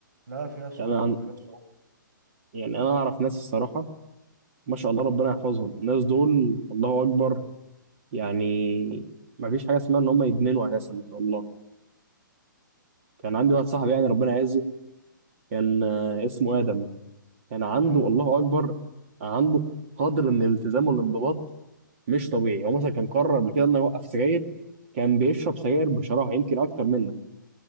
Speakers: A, on the right; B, on the right.
A: لا فيها صعوبة
B: يعني انا
A: فيها صعوبة
B: يعني انا اعرف ناس الصراحه ما شاء الله ربنا يحفظهم الناس دول الله اكبر يعني ما فيش حاجه اسمها ان هم يدمنوا اساسا ما شاء الله كان عندي واحد صاحبي يعني ربنا يعزه كان آه، اسمه ادم كان عنده
A: اه
B: الله اكبر عنده قدر من الالتزام والانضباط مش طبيعي هو مثلا كان قرر قبل كده انه يوقف سجاير كان بيشرب سجاير بشراهه يمكن اكتر منك